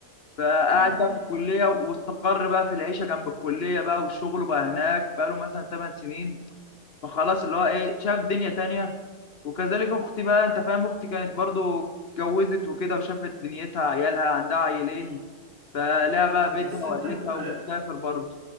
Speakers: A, on the left; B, on the right.
A: فقعد
B: امم
A: بقى
B: أمم.
A: في الكلية واستقر بقى في العيشة جنب الكلية بقى والشغل بقى هناك بقى له مثلا 8 سنين فخلاص اللي هو إيه شاف دنيا تانية وكذلك أختي بقى أنت فاهم أختي كانت برضو اتجوزت وكده وشافت دنيتها عيالها عندها عيلين فلها بقى بيتها
B: بس انت
A: وعيلتها
B: ابوك
A: وبتسافر برضو